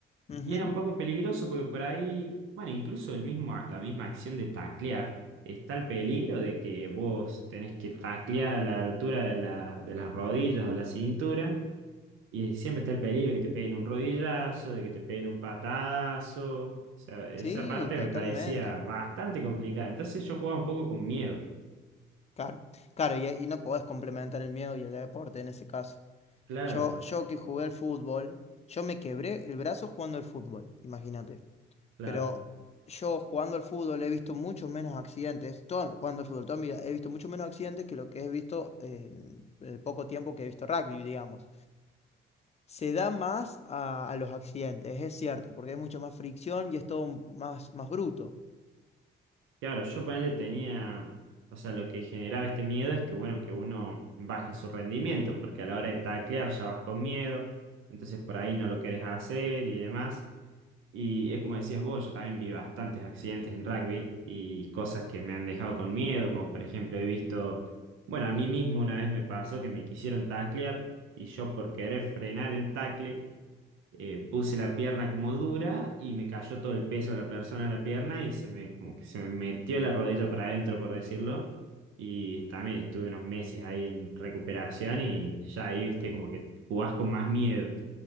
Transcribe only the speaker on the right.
Y era un poco peligroso porque por ahí, bueno, incluso el mismo, la misma acción de taclear, está el peligro de que vos tenés que taclear a la altura de la- de las rodillas o la cintura. Y siempre está el peligro de que te peguen un rodillazo, de que te peguen un patadazo. O sea, esa
parte
me parecía bastante complicada. Entonces yo jugaba un poco con miedo.
Claro,
claro.
Claro, yo ponele tenía. O sea, lo que generaba este miedo es que, bueno, que uno baje su rendimiento, porque a la hora de taclear ya vas con miedo, entonces por ahí no lo querés hacer y demás. Y es como decías vos, yo también vi bastantes accidentes en rugby y cosas que me han dejado con miedo, como por ejemplo he visto, bueno, a mí mismo una vez me pasó que me quisieron taclear y yo por querer frenar el tacle eh, puse la pierna como dura y me cayó todo el peso de la persona en la pierna y se me, como que se me metió la rodilla para adentro, por decirlo. Y también estuve unos meses ahí en recuperación y ya ahí, viste, como que jugás con más miedo.